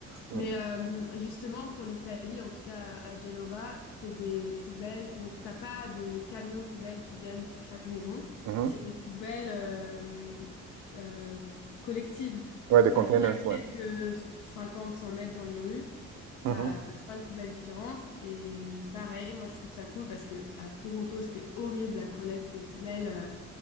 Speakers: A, on the right (about 65°); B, on the left (about 85°).
A: Mhm.
B: Mais euh, justement, pour l'Italie, en tout cas à Genova, c'est des poubelles. Donc, t'as pas de camions poubelles qui viennent pour chaque maison.
A: Mhm.
B: C'est des poubelles euh, euh, collectives
A: Ouais des containers
B: à chaque
A: ouais.
B: quelques 50, 100 mètres dans les rues.
A: Mhm.
B: T'as, t'as cinq poubelles différentes et pareil, moi je trouve ça cool parce que à Toronto c'était horrible la collecte de poubelles. euh,